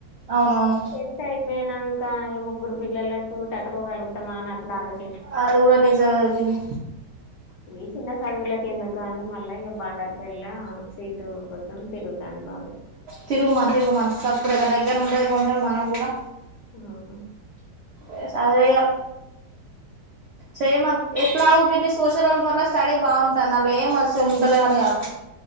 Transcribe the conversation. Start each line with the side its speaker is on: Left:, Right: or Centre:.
Right: అవునవును
Left: టెన్త్ అయిపోయినం ఇంకా ముగ్గురు పిల్లలకు తట్టుకోగలుగుతామా అని అట్లా ఆలోచ
Right: అది కూడా నిజామే పిన్ని
Left: ఈ చిన్న చదువులకి ఎందుకు కాని మళ్ళా ఇగ బండ వెల్లా సీటు కోసం తిరుగుతాండు బాబాయి
Right: తిరుగుమన్ తిరుగుమన్ సప్పుడేక దగ్గర ఉంటది కొంచెం మనకూడా
Left: హ్మ్
Right: ఏ సదవేయన్ చేయమను ఎట్లాగు పిన్ని స్ సోషల్ల్ వల్వెర్ ల స్టడీ బాగుంటుంది వాళ్ళు ఏం వచ్చ ఉండలే అని కాదు